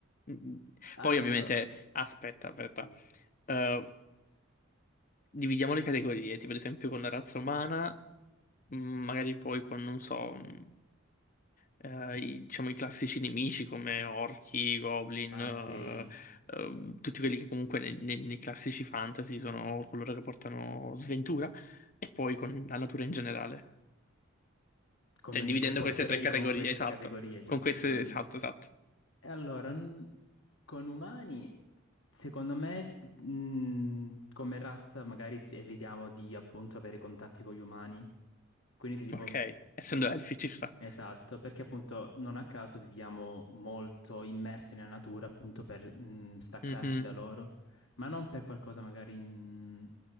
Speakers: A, on the left; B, on the left.
A: Mm,
B: Allora.
A: Poi ovviamente... Aspetta, aspetta.
B: Mm.
A: Eh, dividiamo le categorie, tipo ad esempio con la razza umana, mm, magari poi con, non so... mm, eh, i, diciamo, i classici nemici come orchi, goblin,
B: Ah,
A: eh,
B: ok.
A: eh, tutti quelli che comunque nei, nei- nei classici fantasy sono coloro che portano sventura, e poi con la natura in generale.
B: Come
A: Cioè, dividendo
B: mi comporterei
A: queste tre categorie,
B: con queste
A: esatto.
B: categorie, giusto
A: Con queste,
B: intendi?
A: esatto, esatto.
B: E allora, n- con umani, secondo me, mh, come razza, magari evitiamo di appunto avere contatti con gli umani. Quindi se tipo...
A: Ok,
B: si-
A: essendo
B: si-
A: elfi ci sta.
B: Esatto, perché appunto non a caso viviamo molto immersi nella natura appunto per mh, staccarci
A: Mhm,
B: da loro, ma non per qualcosa magari mh,